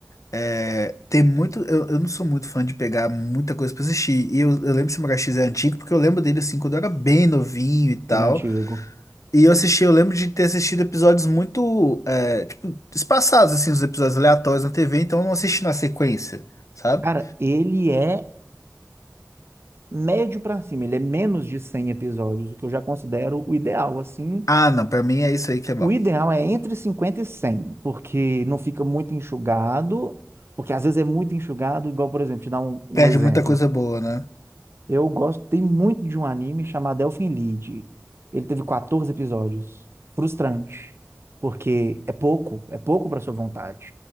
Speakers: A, on the left (about 80°); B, on the right (about 50°).
A: é, tem muito. Eu, eu não sou muito fã de pegar muita coisa pra assistir. E eu, eu lembro que Samurai X é antigo, porque eu lembro dele assim, quando eu era bem novinho e tal.
B: Ele é antigo.
A: E eu assisti, eu lembro de ter assistido episódios muito, é, tipo, espaçados, assim, os episódios aleatórios na TV, então eu não assisti na sequência, sabe?
B: Cara, ele é médio pra cima, ele é menos de 100 episódios, o que eu já considero o ideal, assim.
A: Ah, não, pra mim é isso aí que é bom.
B: O ideal é entre 50 e 100 porque não fica muito enxugado, porque às vezes é muito enxugado, igual, por exemplo, te dar um, um
A: Perde
B: exemplo.
A: muita coisa boa, né?
B: Eu gostei muito de um anime chamado Elfen Lied. Ele teve 14 episódios. Frustrante, porque é pouco, é pouco para sua vontade,